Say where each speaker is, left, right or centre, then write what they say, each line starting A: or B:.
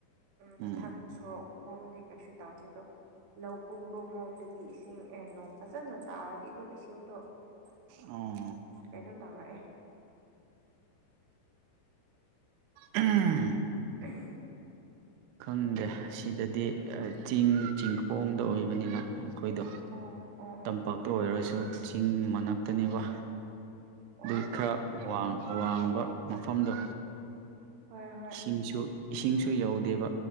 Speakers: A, on the right (about 75°); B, on the right (about 85°).
A: ꯃꯊꯛ
B: ꯎꯝ
A: ꯁꯣꯔꯣꯛ ꯀ꯭ꯔꯣꯝ ꯂꯤ ꯀꯥꯏꯁꯨꯦ ꯇ ꯋꯥꯖꯤꯦꯗꯣ ꯂꯧ ꯄꯨꯛꯀꯣꯂꯣꯝꯗꯗꯤ ꯏꯁꯤꯡ ꯑꯦ ꯅꯣꯡ ꯐꯖꯅ ꯇꯥꯔꯗꯤ ꯑꯗꯨꯝ ꯏꯁꯤꯡꯗꯣ ꯑꯩꯩꯅꯣ
B: ꯑꯣ
A: ꯇꯧꯔꯛꯑꯦ
B: ꯎꯝ
A: ꯎꯝ
B: ꯈꯪꯗꯦ ꯁꯤꯗꯗꯤ ꯆꯤꯡ ꯆꯤꯡꯈꯣꯡꯗ ꯑꯣꯏꯕꯅꯤꯅ ꯑꯩꯈꯣꯏꯗꯣ
A: ꯑꯣ ꯑꯣ ꯑꯣ
B: ꯇꯝꯄꯥꯛꯇ ꯑꯣꯏꯔꯁꯨ ꯆꯤꯡ ꯃꯅꯥꯛꯇꯅꯦꯕ
A: ꯑꯣ
B: ꯑꯗꯨ ꯈꯔ ꯋꯥꯡꯕ ꯃꯐꯝꯗꯣ
A: ꯍꯣꯏ ꯍꯣꯏ
B: ꯏꯁꯤꯡꯁꯨ ꯏꯁꯤꯡꯁꯨ ꯌꯧꯗꯦꯕ